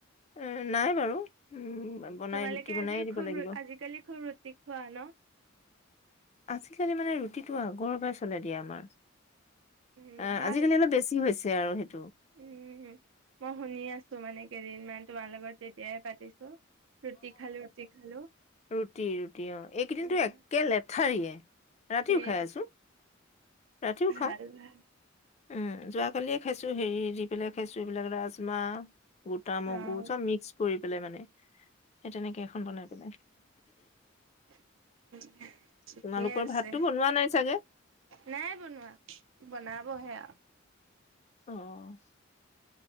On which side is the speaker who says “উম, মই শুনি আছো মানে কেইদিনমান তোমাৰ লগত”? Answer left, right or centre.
Right